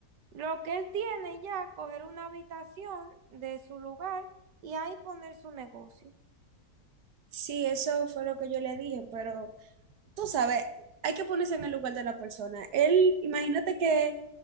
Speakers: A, on the right; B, on the right.
A: lo que él tiene ya, coger una habitación de su lugar y ahí poner su negocio.
B: Sí, eso fue lo que yo le dije, pero tú sabes, hay que ponerse en el lugar de la persona. Él, imagínate que